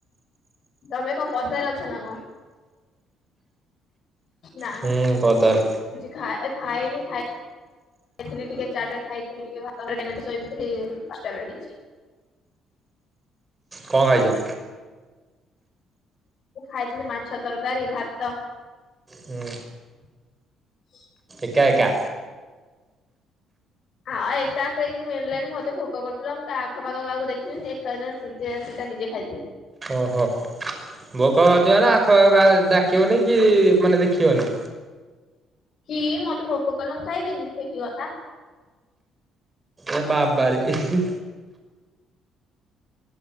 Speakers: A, on the left; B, on the right.
A: ତମେ କ ପଦାରେ ଅଛ ନା କଣ। ନା
B: ହୁଁ
A: କିଛି
B: ପଦାରେ
A: ଖା। ଖାଇଏନି ଖାଇ ଖାଇଥିଲି ଟିକେ ଚାଟା ଖାଇଥିଲି ଟିକେ ଭଲ କେ ଶୋଇଥିଲି ପାଞ୍ଚଟା ବେଳେ ହେଇଚି।
B: କଣ ଖାଇଛ।
A: ମୁଁ ଖାଇଥିଲି ମାଛ ତରକାରୀ ଭାତ।
B: ହୁଁ।
A: <inaudible>
B: ଏକା ଏକା।
A: ଆଉ ଏକା ଏକା ହେଇକି ମିଳିଲାନି ମତେ ଭୋକ କରୁଥିଲା ମୁଁ ଆାଖପାଖ କାହାକୁ ଦେଖିଲିନି ଏକା ଜିନ ସ ସିଧା ନିଜେ ଖାଇଦେଲିି।
B: ଓହୋ ଭୋକ ଅଛି ମାନ ଆଖପାଖ ଡାକିବନି କି ମାନେ ଦେଖିବନି।
A: କି ମତେ ଭୋକ କଲମ ଖାଇବିନି ସେ କି କଥା।
B: ଏ ବାବାରେ।